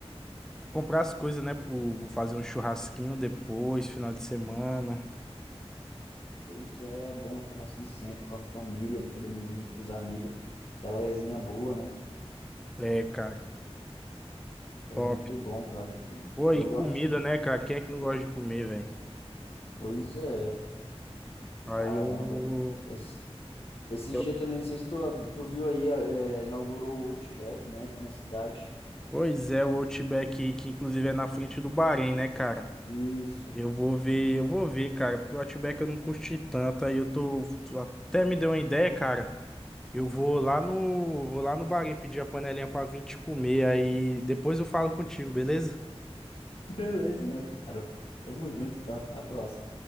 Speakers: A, in the centre; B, on the left.
A: comprar as coisas, né, pro, vou fazer um churrasquinho depois, final de semana.
B: Pois é, bom churrasquinho sempre com a família, com todo mundo junto com os amigos. Aquela resenha boa, né?
A: É, cara,
B: É
A: top.
B: muito bom, cara.
A: Pô,
B: Eu
A: e comida,
B: gosto de.
A: né, cara? Quem é que não gosta de comer, velho?
B: Pois é,
A: Aí
B: caramba.
A: eu vou.
B: Esse- esses
A: eu-
B: dias também, não sei se tu, tu viu aí, é, inaugurou o Outback, né, aqui na cidade.
A: Pois é, o Outback, que inclusive é na frente do Bahrein, né, cara?
B: Isso.
A: Eu vou ver, eu vou ver, cara, porque o Outback eu não curti tanto, aí eu tô. tu Até me deu uma ideia, cara. Eu vou lá no. Vou lá no Bahrein pedir a panelinha pra vir te comer, aí depois eu falo contigo, beleza?
B: Beleza, meu caro. Tamo junto, então até a próxima.